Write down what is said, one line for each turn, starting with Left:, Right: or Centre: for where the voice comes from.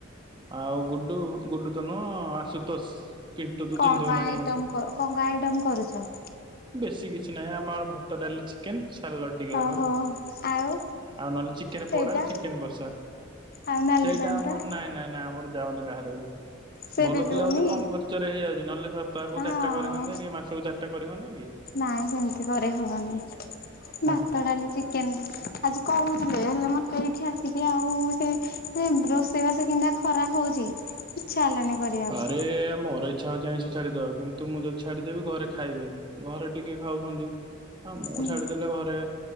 Right: ଆଉ ଗୁଡୁ ଗୁଡୁ ତ ନୁହଁ ଆଶୁତୋଷ। ପିଣ୍ଟୁ ତୁ
Left: କଣ
Right: ଚିହ୍ନିଥିବୁ
Left: କଣ
Right: ନା
Left: ଆଇଟମ୍
Right: ନାଇଁ କେଜାଣି
Left: କ କଣ କଣ ଆଇଟମ୍ କରୁଛ?
Right: ବେଶୀ କିଛି ନାହିଁ ଆମର ଭାତ ଡାଲି ଚିକ୍ ସାଲାଡ଼ ଟିକେ ହବ
Left: ଓହୋ ଆଉ
Right: ଆଉ ନହେଲେ ଚିକେନ
Left: ସେଇଟା
Right: ପୋଡ଼ା ଚିକେନ କଷା।
Left: ଆଉ ନାଲି
Right: ସେଇଟା
Left: ପାଣି
Right: ଆମର
Left: ଟା
Right: ନାଇଁ ନାଇଁ ନାଇଁ ଆମର ଯାଉନି କାହାର ବି
Left: ସେ
Right: ଭଲ
Left: ବି ପିଉନି
Right: ପିଲା ବୋଲି କମ ଖର୍ଚ୍ଚ ଚରେ ହେଇଯାଉଛି ନହେଲେ ସପ୍ତାହକୁ
Left: ହଁ
Right: ଚାରିଟା କରି ହୁଅନ୍ତା କି ମାସକୁ ଚାରିଟା କରି ହୁଅନ୍ତା କି।
Left: ନାଇଁ ସେମିତି କରେ ହବନି
Right: ହେଁ
Left: ଭାତ ଡାଲି ଚିକେନରେ ଆଜି କହୁ ଥିଲେ ହେଲେ ମତେ ଏଠି ଆସିକି ଆଉ ସେ ସେ ରୋଷେଇବାସ କିନ୍ତିଆ ଖରା ହଉଛି। ହେଲାନି କରିବାକୁ
Right: ଆରେ ମୋର ଏ ଇଚ୍ଛା ହଉଚି ଆଇଁଷ ଛାଡ଼ିଦବାକୁ କିନ୍ତୁ ମୁଁ ଯଦି ଛାଡ଼ିଦେବି ଘରେ ଖାଇବେନି ଘରେ ଟିକେ ଖାଉଛନ୍ତି। ହଁ ମୁଁ
Left: ହୁଁ
Right: ଛାଡିଦେଲେ ଘରେ